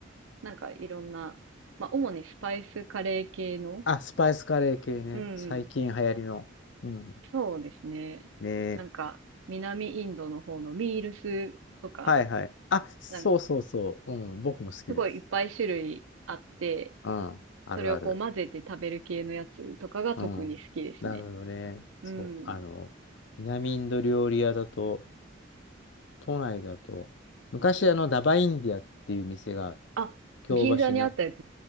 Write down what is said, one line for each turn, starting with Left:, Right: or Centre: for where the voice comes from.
Right: なんかいろんな、まあ、主にスパイスカレー系の、
Left: あ、スパイスカレー系ね。
Right: うんうん、
Left: 最近流行りの。うん。
Right: そうですね。
Left: ねえ。
Right: なんか、南インドの方のミールスとか、
Left: はいはい。あ、そうそうそう。
Right: なん
Left: うん。僕も好きです。
Right: すごいいっぱい種類あって、
Left: うん。あるある。
Right: それをこう混ぜて食べる系のやつとかが特に好きですね。
Left: うん。なるほどね。そう。
Right: うん。
Left: あの、南インド料理屋だと、都内だと、昔あの、ダバインディアっていう店が、
Right: あ、
Left: 京橋にあっ
Right: 銀座にあったやつ。